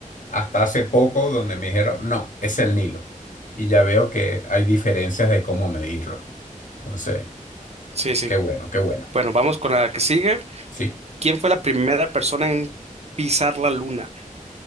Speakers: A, on the left; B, on the right.
A: hasta hace poco donde me dijeron, no, es el Nilo. Y ya veo que hay diferencias de cómo medirlo. Entonces,
B: sí, sí.
A: qué bueno, qué bueno.
B: Bueno, vamos con la que sigue.
A: Sí.
B: ¿Quién fue la primera persona en pisar la luna?